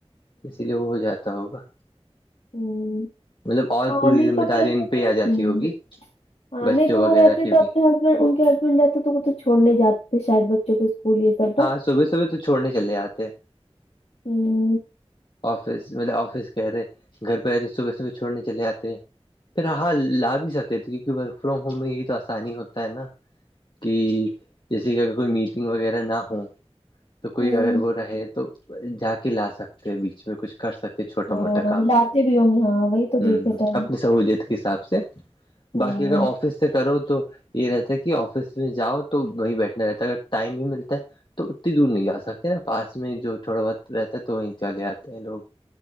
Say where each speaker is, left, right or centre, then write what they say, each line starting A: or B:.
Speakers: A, on the left; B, on the left.
A: تو اسی لیے وہ ہو جاتا ہوگا
B: ہوں
A: مطلب اور
B: ہاں
A: پوری
B: نہیں
A: ذمہ
B: تو
A: داری
B: پھر
A: ان پہ ہی آ جاتی
B: ہوں
A: ہوگی
B: ہاں
A: بچوں
B: نہیں تو
A: وغیرہ
B: وہ رہتے
A: کی
B: تو اپنے
A: بھی
B: ہسبینڈ ان کے رہتا تو وہ تو چھوڑ نہیں جاتے شاید بچوں کے اسکول سب
A: ہاں
B: نا
A: صبح صبح تو چھوڑنے چلے آتے
B: ہوں
A: آفس مطلب آفس کہہ رہے گھر پہ رہتے صبح صبح چھوڑنے چلے آتے پھر ہاں لا بھی سکتے تھے کیونکہ ورک فرام ہوم میں یہ تو آسانی ہوتا ہے نا کہ جیسے کہ اگر کوئی میٹنگ وغیرہ نہ ہ تو کوئی
B: ہوں
A: اگر وہ رہے تو جا کے لا سکتے ہیں بیچ میں کچھ کر سکتے چھوٹا
B: ہاں
A: موٹا کام
B: لاتے بھی ہوں گے ہاں وہی تو
A: ہ
B: دیکھے تھے ہم
A: اپنی سہت حساب سے باقی
B: ہاں
A: اگر آفس سے کرو تو یہ رہتا ہے کہ آفس میں جؤ تو وہیں بیٹھنا رہتا ہے اگر ٹائم بھی ملتا ہے تو اتنی دور نہیں جا سکتے نا پاس میں جو تھوڑا بہت رہتا ہے تو وہیں چلے آتے ہیں لوگ